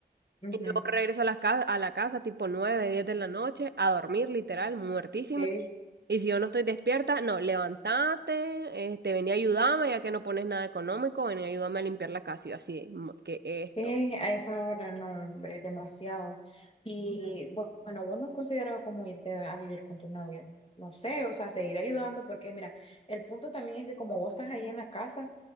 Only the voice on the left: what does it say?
ujú,
sí.
Es a esa hora, no, hombre, es demasiado. Y bu- bueno, vos no has considerado como irte a vivir con tu novio. No sé, o sea, seguir ayudando, porque mira, el punto también es que como vos estás ahí en la casa,